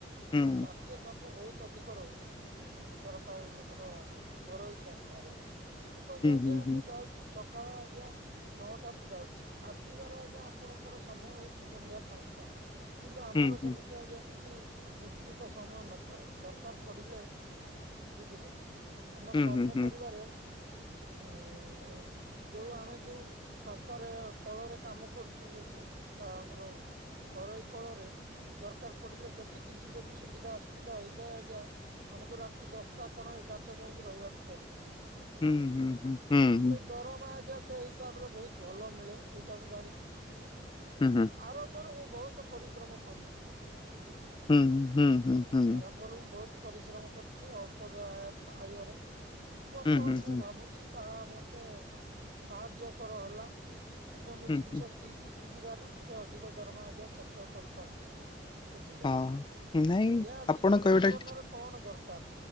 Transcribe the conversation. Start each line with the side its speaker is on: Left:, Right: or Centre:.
Left: ହୁଁ
Right: ମାନେ କାର୍ଯ୍ୟ ଚା ବହୁତ ଅଧିକ ରହୁଚି। ସରକାର ଆମର ଘରୋଇ ସଂସ୍ଥାରେ। ଦେଖନ୍ତୁ ଆଜ୍ଞା
Left: ହୁଁ
Right: ମୁଁ
Left: ହୁଁ
Right: ଯାଉଚି ସକାଳ ଆଜ୍ଞା ନଅଟା ରୁ ଯାଉଚି। ଆସିବାର ଆଜ୍ଞା ଆପଣଙ୍କର ସମୟ ହେଉଚି ସନ୍ଧ୍ୟା ପାଞ୍ଚଟା। କିନ୍ତୁ ଆମର
Left: ହୁଁ
Right: ସେମିତି ଆଜ୍ଞା କିଛି ନିଶ୍ଚିତ ସମୟ ନ ନଥାଏ। ଦରକାର ପଡ଼ିଲେ ବୁଝିଲେ ଆମ
Left: ହୁଁ
Right: କର୍ମ
Left: ହୁଁ ହୁଁ
Right: କରିବାରେ ଉଁ ଯୋଉ ଆମେ ଯୋଉ ସଂସ୍ଥାରେ କଳରେ କାମ କରୁଚୁ ଗୁ ଆମର ଘରୋଇ କଳରେ ଦରକାର ପଡିଲେ ସେଠି କିଛି ଯଦି ସୁବିଧା ଅସୁ ଅସୁବିଧା ହେଇଯାଏ ଆଜ୍ଞା ଆମକୁ ରାତି ଦଶଟା କଣ ଏଗାରଟା ଯାଏ ବି ରହିବାକୁ ପଡୁଚି। ବୁଝିଲେ।
Left: ହୁଁ ହୁଁ ହୁଁ ହୁଁ
Right: କିନ୍ତୁ ଦରମା ଆଜ୍ଞା ସେଇ ହିସାବ ରେ ବହୁତ ଭଲ ମିଳେ। ଏଇଟା ମୁଁ ଜାଣିଚି।
Left: ହୁଁ ହୁଁ।
Right: ଆରମ୍ଭରୁ ମୁଁ ବହୁତ ପରିଶ୍ରମ କରିଚି। ବୁଝିଲେ।
Left: ହୁଁ ହୁଁ ହୁଁ। ହୁଁ
Right: ଆରମ୍ଭରୁ ମୁଁ ବହୁତ ପରିଶ୍ରମ କରୁଥିଲି ଅଳ୍ପ ଦ୍ବୟ ଆୟରେ। କିନ୍ତୁ ବର୍ତ୍ତମାନ
Left: ହୁଁ ହୁଁ
Right: ମୁଁ
Left: ହୁଁ
Right: ଭାବୁଚି ତାହା ମତେ ସାହାଯ୍ୟ କର ହେଲା। ଏବେ ମୁଁ
Left: ହୁଁ
Right: ଜିନିଷଟି
Left: ହୁଁ
Right: ଶି ଶିଖି ଯିବାରୁ ଟିକେ ଅଧିକ ଦରମା ଆଜ୍ଞା ସଞ୍ଚୟ କରିପାରୁଚି। ବୁଝିଲେ।
Left: ହଁ ନାଇଁ
Right: ଆଜ୍ଞା ଆଜିକାଲି
Left: ଆପଣ କହିବାଟା
Right: ଜୀବନର
Left: ଠିକ୍
Right: କଣ ଦରକାର,